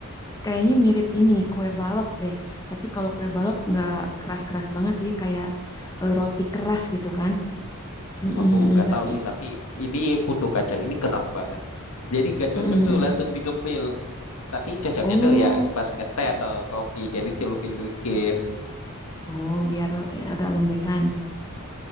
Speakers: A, on the left; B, on the left.
A: Kayaknya mirip ini kue balok deh. Tapi kalau kue balok nggak keras-keras banget dia kayak eh, roti keras gitu kan. Mm,
B: Wah,
A: mm,
B: Aku
A: mm, mm.
B: nggak
A: Tapi
B: tahu sih, tapi ini putu kacang ini keras banget. Jadi nggak cocok
A: mm, mm,
B: tuh
A: mm.
B: langsung di ngemil. Tapi cocoknya
A: Oh,
B: tuh ya pas ngeteh atau kopi, jadi celupin dikit.
A: oh biar eh, agak lembekan.